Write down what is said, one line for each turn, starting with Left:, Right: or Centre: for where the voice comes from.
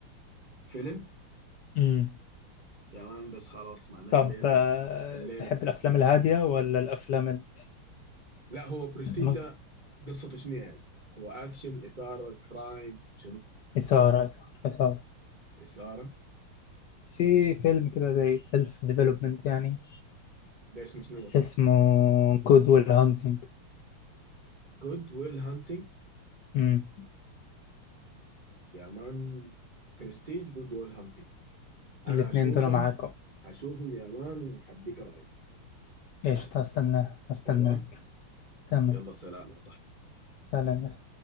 Right: فيلم
Left: مم.
Right: يا مان بس خلاص معناه
Left: طب
Right: الليلة
Left: آه،
Right: الليلة
Left: تحب
Right: برستيج
Left: الافلام الهاديه ولا الافلام ال-
Right: لا هو برستيج
Left: ممكن-
Right: ده قصته شنو يعني هو أكشن إثارة كرايم شنو
Left: اثاره اثاره اثاره
Right: إثارة
Left: في فيلم كده زي سيلف ديفلوبمنت يعني
Right: ده اسمه شنو ده
Left: اسمه جود ويل هانتنج
Right: جود ويل هانتنج
Left: امم
Right: يا مان برستيج جود ويل هانتنج أنا
Left: الاتنين
Right: هشوفهم
Left: دول معاك اهو
Right: هشوفهم يا مان وهديك رأيي إن شاء
Left: قشطة
Right: الله
Left: هستناه هستناك
Right: تمام
Left: تمام
Right: يلا سلام يا صاحبي
Left: سلام يا